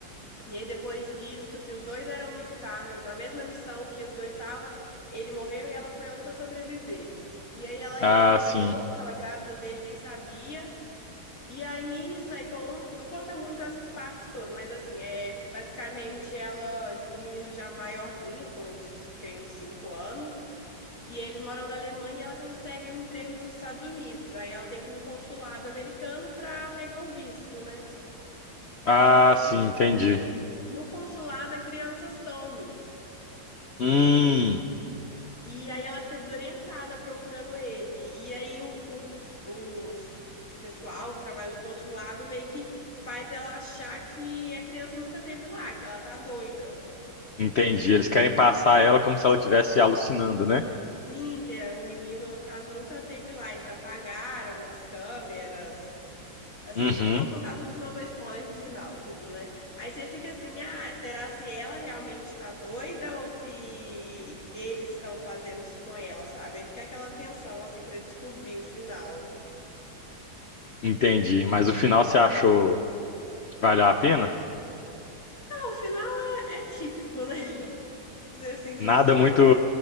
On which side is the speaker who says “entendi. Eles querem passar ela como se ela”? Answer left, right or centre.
Left